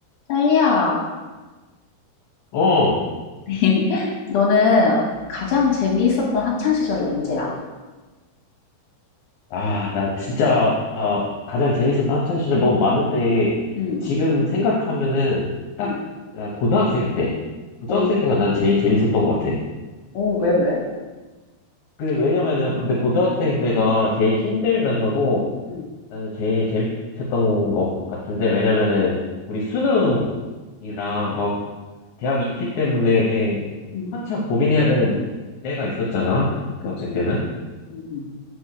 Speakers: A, on the left; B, on the left.
A: 딸리야,
B: 어,
A: <laughs> 너는 가장 재미있었던 학창 시절이 언제야?
B: 아, 나 진짜 어, 가장 재밌었던 학창 시절 너무 많은데
A: 응,
B: 지금
A: 응,
B: 생각하면은 딱
A: 응.
B: 아, 고등학생 때, 고등학생
A: 오,
B: 때가 난 제일 재밌었던 것 같아.
A: 오, 왜, 왜?
B: 그 왜냐면은 근데 고등학생 때가 제일 힘들면서도
A: 응,
B: 나는 제일 재밌었던 것 같은데 왜냐면은 우리 수능이랑 막 대학 입시 때문에
A: 응,
B: 한참 고민해야 되는 때가 있었잖아,
A: 그치?
B: 고등학생 때는.
A: 응, 응.